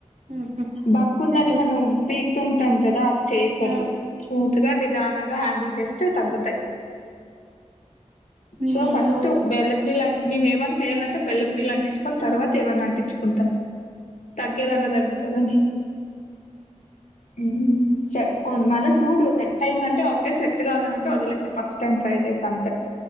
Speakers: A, on the right; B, on the left.
A: ఊహూ
B: బంక్ ఉందని
A: అయితే
B: మనం పీకుతూ ఉంటాం కదా అట్లా చేయకూడదు
A: ఆ
B: స్మూత్ గా నిదానంగా హ్యాండిల్ చేస్తే తగ్గుతయి
A: నేను
B: సో
A: ఇప్పుడు
B: ఫస్ట్ బెల్లపు నీళ్లు మేము ఏమన్నా చేయాలంటే బెల్లపు నీళ్ళు అంటించుకొని తర్వాత ఏమన్న అంటించుకుంటాం తగ్గేదన్న తగ్గు కాదనే ఉమ్ చే మళ్ళీ చూడు సెట్ అయిందంటే ఓకే సెట్ కాలేదంటే వదిలేసేయి ఫస్ట్ టైం ట్రై చేస అంతే